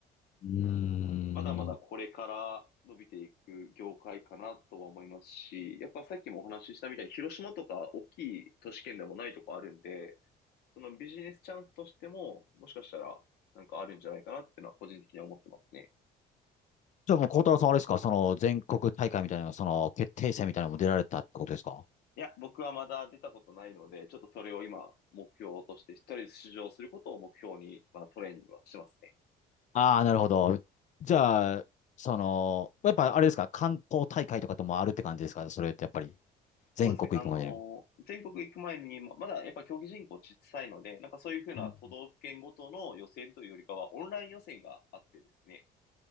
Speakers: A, on the left (about 45°); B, on the left (about 70°).
A: うー
B: まだまだこれから伸びていく業界かなとは思いますし、
A: ん。
B: やっぱさっきもお話ししたみたいに広島とか大きい都市圏でもないとこあるんで、そのビジネスチャンスとしても、もしかしたらなんかあるんじゃないかなっていうのは個人的には思ってますね。
A: じゃあもう、孝太郎さんはあれですかその全国大会みたいな、その決定戦みたいなのも出られたってことですか
B: いや、僕はまだ出たことないので、ちょっとそれを今目標として、とりあえず出場することを目標に、まあトレーニングはしてますね。
A: ああー、なるほど。じゃあ、その、やっぱあれですか関東大会とかともあるって感じですかそれってやっぱり、全国行くまでに。
B: そうですね。あのー全国行く前に、ままだやっぱ競技人口小さいので、なんかそういうふうな都道府県ごとの予選というよりかは、
A: うん
B: オンライン予選があってですね。